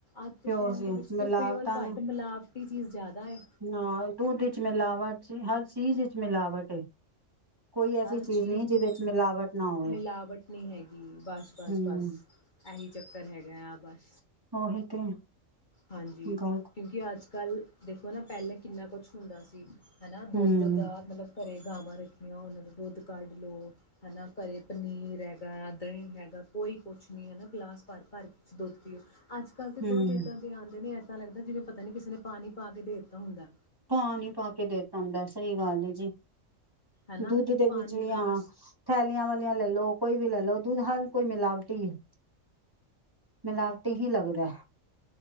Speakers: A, on the left (about 40°); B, on the right (about 15°).
A: ਅੱਜ ਦੇ
B: ਪਿਓਰ
A: ਟਾਈਮ
B: ਸੀ
A: ਦੇ ਵਿੱਚ
B: ਮਿਲਾਵਟਾਂ
A: ਤੇ ਪਿਓਰ ਘੱਟ
B: ਨੇ
A: ਮਿਲਾਪ ਇਹ ਚੀਜ਼ ਜ਼ਿਆਦਾ ਹੈ
B: ਹਾਂ ਦੁੱਧ ਚ ਮੈਂਲਾਵਾਾਂ ਹਰ ਚੀਜ਼ ਵਿਚ ਮਿਲਾਵਟ ਕੋਈ ਐਸੀ
A: ਹਰ ਚੀਜ਼
B: ਨਹੀਂ ਜਿਹਦੇ
A: ਤੇ
B: ਚ ਮਿਲਾਵਟ ਨਾ ਹੋਵੇ
A: ਮਿਲਾਵਟ ਨਹੀਂੀ ਹੈਗੀ ਬਸ ਬਸ
B: ਹੂੰ
A: ਬਸ ਇਹੀ ਚੱਕਰ ਹੈਗਾ ਆ ਬਸ
B: ਉਹੀ ਤੇ
A: ਹਾਂਜੀ
B: ਗੱਲ
A: ਕਿਉਂਕਿ ਅੱਜ ਕੱਲ੍ਹ ਦੇਖੋ ਨਾ ਪਹਿਲਾਂ ਕਿੰਨਾ ਕੁਛ ਹੁੰਦਾ ਸੀ ਹਨਾ ਦੁੱਧ
B: ਹੂੰ
A: ਦਾ ਮਤਲਬ ਘਰੇ ਗਾਵਾਂ ਰੱਖੀਆਂ ਉਹਨਾਂ ਨੂੰ ਦੁੱਧ ਕੱਢ ਲੋ ਹਨਾ ਘਰੇ ਪਨੀਰ ਹੈਗਾ ਦਹੀਂ ਹੈਗਾ ਕੋਈ ਕੁਛ ਨੀ ਹੈਾ ਗਿਲਾਸ ਭਰ ਭਰ ਦੁੱਧ ਅੱਜ ਕੱਲ੍ਹ ਤੇ
B: ਹੂੰ
A: ਦੋ ਇੱਾਂ ਦੇ ਆਉਂਦੇ ਨੇ ਪਤਾ ਲੱਗਦਾ ਜਿਵੇਂ ਪਤਾ ਨੀ ਕਿਸੇ ਨੇ ਪਾਣੀ ਪਾ ਕੇ ਦੇ ਦਿੱਤਾ ਹੁੰਦਾ ਐ।
B: ਪਾਣੀ ਪਾ ਕੇ ਦੇ ਪੰਦਾ ਸਹੀ ਗੱਲ ਜੀ
A: ਹਨਾ
B: ਦੁੱਧ ਦੇ
A: ਪਾਣੀ
B: ਵਿੱਚ ਵੀ
A: ਵਰਗਾ
B: ਹਾਂ ਥੈਲੀਆਂ ਵਾਲੀਆਂ ਲੈ ਲੋ ਕੋਈ ਵੀ ਲੈ ਲਓ ਦੁੱਧ ਹਰ ਕੋਈ ਮਿਲਾਵਟੀ ਹੀ ਹੈ। ਮਿਲਾਵਟੀ ਹੀ ਲੱਗਦਾ ਐ।